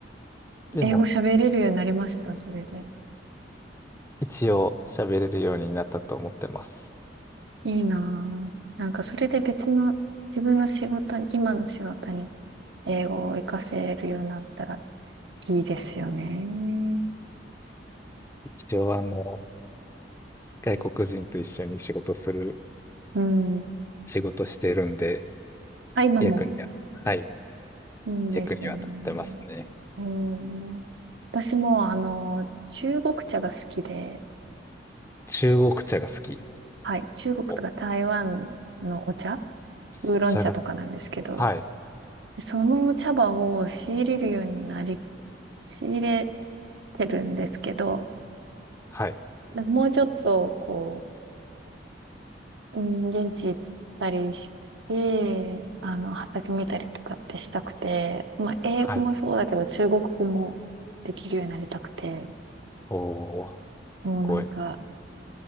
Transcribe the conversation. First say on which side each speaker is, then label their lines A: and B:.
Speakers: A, on the left; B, on the right.
A: でも、
B: 英語喋れるようになりました、それで。
A: 一応喋れるようになったと思ってます。
B: いいなあなんか、それで別の自分の仕事に、今の仕事に英語を活かせるようになったらいいですよね。
A: 一応あの、外国人と一緒に仕事する、
B: うん。
A: 仕事してるんで、
B: あ、今も
A: 役には、はい、
B: いいんですね。
A: 役には立ってますね。
B: えー私も、あの、中国茶が好きで、
A: 中国茶が好き。
B: はい、中国とか台湾のお茶、
A: お、
B: ウーロン茶とかなんですけど、
A: お茶が、はい、
B: その茶葉を仕入れるようになり、仕入れてるんですけど、
A: はい、
B: もうちょっと、こう、うん、現地行ったりして、あの、畑見たりとかってしたくて、まあ、英語もそうだけど、
A: はい。
B: 中国語もできるようになりたくて、
A: おー、す
B: もうなんか、
A: ごい。